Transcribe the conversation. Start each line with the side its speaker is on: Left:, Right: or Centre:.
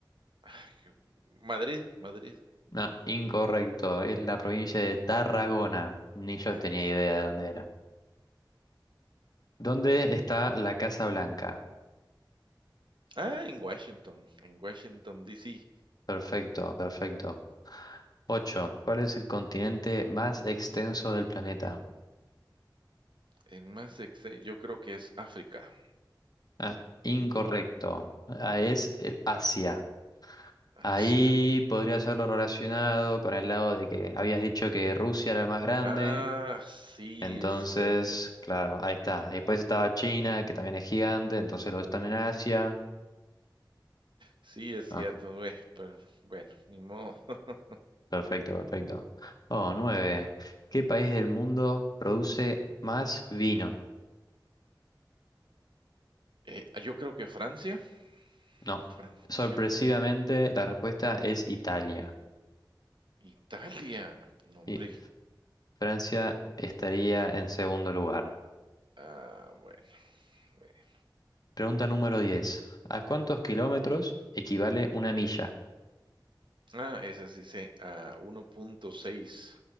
Right: ay, que- Madrid, Madrid.
Left: No, incorrecto. Es la provincia de Tarragona. Ni yo
Right: eh,
Left: tenía idea de dónde era. ¿Dónde está la Casa Blanca?
Right: ah, en Washington, en Washington, D. C.
Left: Perfecto, perfecto. 8. ¿Cuál es el continente más extenso del planeta?
Right: En más exe- yo creo que es África,
Left: Ah, incorrecto. Ah, es el Asia.
Right: a-
Left: Ahí
Right: Asia.
Left: podría haberlo relacionado con el lado de que habías dicho que Rusia era el más grande.
Right: Ah, sí,
Left: Entonces,
Right: es cierto.
Left: claro, ahí está.
Right: No,
Left: Después estaba China,
Right: ah,
Left: que también es gigante, entonces los están en Asia.
Right: sí, es cierto,
Left: Ah,
Right: güey, pero bueno, ni modo. <laughs>
Left: perfecto, perfecto. Oh, 9. ¿Qué país del mundo produce más vino?
Right: Eh, ah, yo creo que Francia,
Left: No.
Right: Francia,
Left: Sorpresivamente, la respuesta es Italia.
Right: Italia, no, hombre.
Left: Y Francia estaría en segundo lugar.
Right: Ah, bueno. bueno.
Left: Pregunta número 10. ¿A cuántos kilómetros equivale una milla?
Right: Ah, esa sí se ah, 1.6.